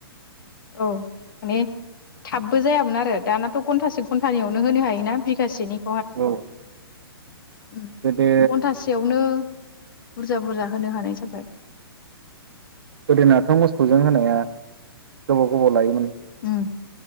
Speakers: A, on the left; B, on the right.
A: औ माने थाबबो जायामोन आरो दानाथ' घन्टसे घन्टानैयावनो होनो हायोना बिघासेनि
B: औ
A: ओम
B: गोदो
A: घन्टासेयावनो बुरजा बुरजा होनो हानाय जाबाय
B: गोदोनाथ' मोसौजों होनाया गोबाव गोबाव लायोमोन।
A: ओम